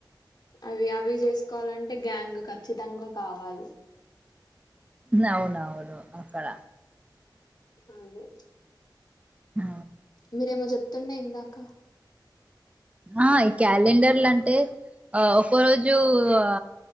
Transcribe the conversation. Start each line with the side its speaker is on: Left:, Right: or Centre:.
Left: అవి అవి చేసుకోవాలంటే గ్యాంగ్ ఖచ్చితంగా కావాలి
Right: అవునవును అక్కడ
Left: అది
Right: ఆ
Left: మీరేమో చెప్తున్న ఇందాక
Right: ఆ ఈ క్యాలెండర్లు అంటే ఆ ఒక రోజు ఆ